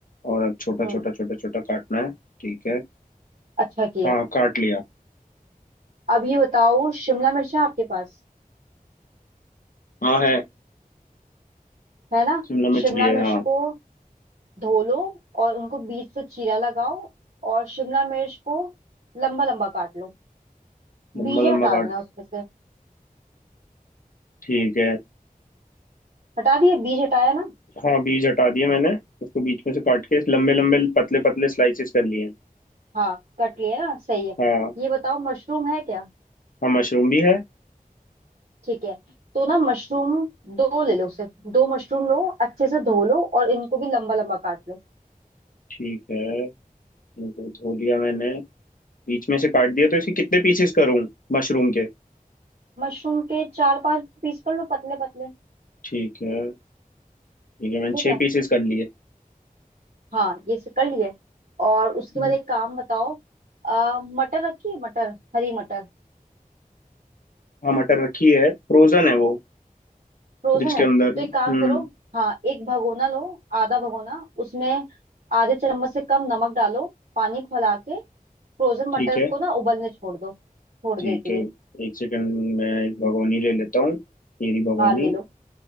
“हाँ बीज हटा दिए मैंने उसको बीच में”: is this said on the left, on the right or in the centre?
Left